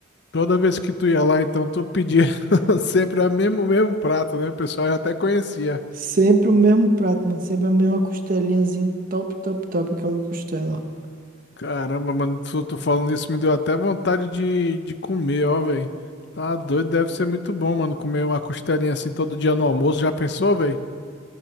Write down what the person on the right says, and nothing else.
Sempre o mesmo prato, mano, sempre a mesma costelinhazinha, top, top, top, aquela costela.